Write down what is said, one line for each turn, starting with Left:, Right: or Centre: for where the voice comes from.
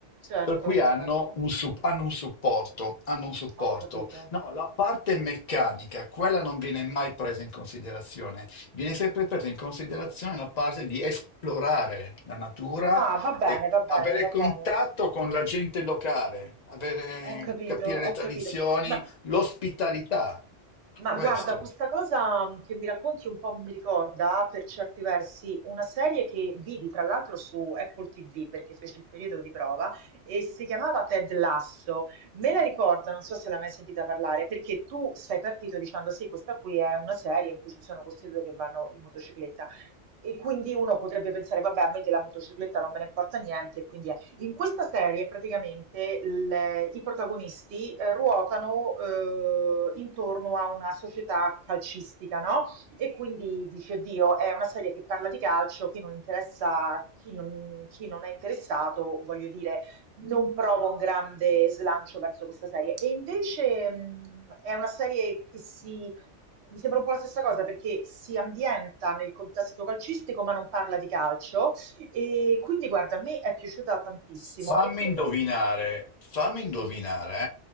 Right: certo,
Left: Per cui hanno
Right: certo,
Left: un, sup- hanno un supporto, hanno un supporto.
Right: ho capito.
Left: No, la parte meccanica, quella non viene mai presa in considerazione. Viene sempre presa in considerazione la parte di esplorare la natura
Right: Ah, va bene,
Left: e
Right: va
Left: avere
Right: bene, va
Left: contatto
Right: bene.
Left: con la gente locale, avere-
Right: Ho capito,
Left: capire
Right: ho
Left: le tradizioni,
Right: capito. Ma
Left: l'ospitalità.
Right: Ma
Left: Questo.
Right: guarda, questa cosa mm, che mi racconti un po' mi ricorda per certi versi una serie che vidi tra l'altro su Apple TV perché fece il periodo di prova e si chiamava Ted Lasso. Me la ricordo, non so se l'hai mai sentita parlare, perché tu sei partito dicendo sì, questa qui è una serie in cui ci sono questi due che vanno in motocicletta. E quindi uno potrebbe pensare, vabbè, a me della motocicletta non me ne importa niente, quindi in questa serie praticamente il- i protagonisti eh, ruotano eh, intorno a una società calcistica, no? E quindi dice, Dio, è una serie che parla di calcio, chi non interessa, chi non, chi non è interessato, voglio dire, non prova un grande slancio verso questa serie. E invece mh, è una serie che si... Mi sembra un po' la stessa cosa perché si ambienta nel contesto calcistico ma non parla di calcio, e quindi guarda, a me è piaciuta tantissimo
Left: Fammi
Right: e credo
Left: indovinare,
Right: che
Left: fammi
Right: sì,
Left: indovinare,